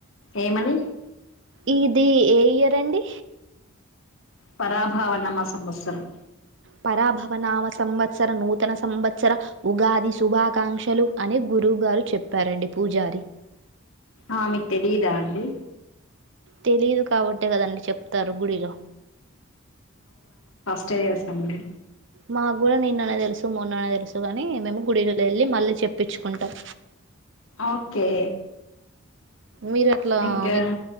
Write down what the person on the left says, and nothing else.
ఏమని
పరాభావనామ సంవత్సరం
ఆ మీకు తెలియదా అండి
టె ఏసింది
ఓకే
ఇంకా